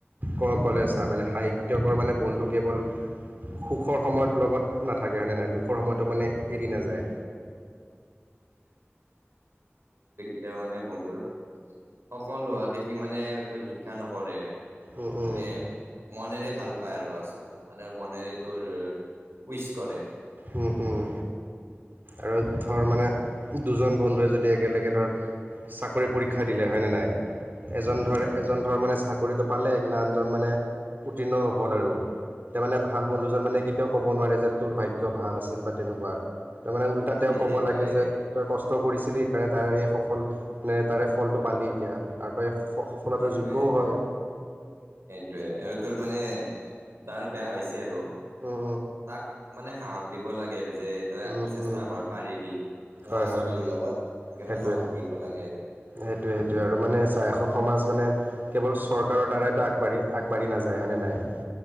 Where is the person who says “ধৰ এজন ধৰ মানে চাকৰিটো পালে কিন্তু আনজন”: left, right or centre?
Right